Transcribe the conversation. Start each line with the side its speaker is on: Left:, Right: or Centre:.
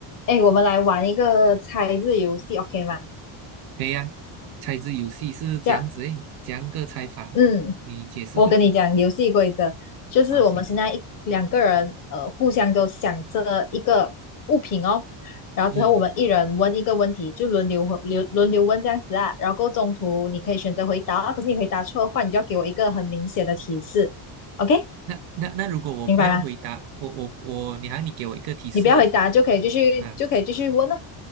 Left: 哎，我们来玩一个猜字游戏，OK 吗？
Right: 可以呀、猜字游戏是这样子诶，
Left: 这样，
Right: 这样个猜法，
Left: 嗯，
Right: 你解释看
Left: 我跟你讲游戏规则，就是我们现在一两个人，
Right: 啊？行，
Left: 呃，互相都想着一个物品哦，然后之后我们一人问一个问题，
Right: 嗯，
Left: 就轮流回轮流问这样子啊，然后过后中途你可以选择回答啊，可是你回答错的话，你就要给我一个很明显的提示，OK？
Right: 那那那如果我不要回答，
Left: 明白吗？
Right: 我我我，你还你给我一个提示
Left: 你不要回答就可以继续就可以继续问哦，
Right: 啊？